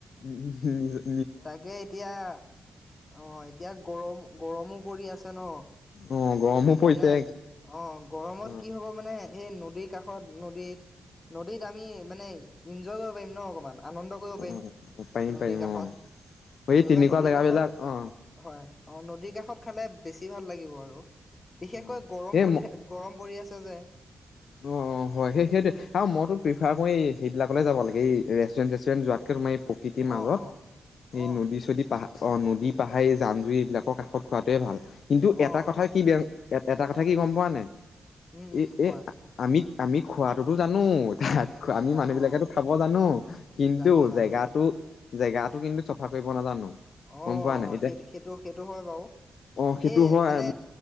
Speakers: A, on the left (about 70°); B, on the left (about 35°).
A: উঃ <unintelligible>
B: তাকে এতিয়া অ এতিয়া গৰম গৰমো পৰি আছে ন
A: অ গৰমো
B: সেইকাৰণে
A: পৰিছে
B: অ গৰমত
A: অ
B: কি হব মানে সেই নদীৰ কাষত নদীত নদীত আমি মানে ইনজয় কৰিব পাৰিম ন অকমান আনন্দ কৰিব
A: অ
B: পাৰিম
A: পাৰিম
B: নদীৰ
A: পাৰিম
B: কাষত
A: অ
B: সেইবাবে
A: এই তেনেকুৱা
B: নদীৰ
A: জেগাবিলাক
B: কাষত
A: অ
B: হয় অঁ নদীৰ কাষত খালে বেছি ভাল লাগিব আৰু বিশেষকৈ
A: অ
B: গৰম
A: এই
B: পৰি
A: ম
B: থ গৰম পৰি আছে যে
A: অ হয় সেই সেইটোৱে আৰু মইতো খাগৈ এই সেইবিলাকলৈ যাব লাগ এই ৰেুচণ্টুৱেন চেষ্টুৰেণ্ যোৱাতকৈ তোমাৰ প্ৰকৃতিৰ মাজত
B: অ' অ'
A: এই
B: অ'
A: নদী চদী পাহাৰ অ নদী পাহাৰী জান জুৰি এইবিলাকৰ কাষত খোৱাটোৱে ভাল কিন্তু
B: অ'
A: এটা কথা কি বেয়া এটা কথা কি গম পোৱা নাই
B: উম
A: এই
B: উম কোৱা
A: এই আমি আমি খোৱাটোতো জানো তাত আমি
B: জানো
A: মানুহ বিলাকো খাব জানো কিন্তু
B: জানো জানো
A: জেগো জেগাতো কিন্তু চাফা কৰিব নাজানো গম
B: অ
A: পোৱা নাই এতিয়া
B: সেই সেইটো সেইটো হয় বাৰু
A: অ সেইটো
B: সেই
A: হয়
B: মানে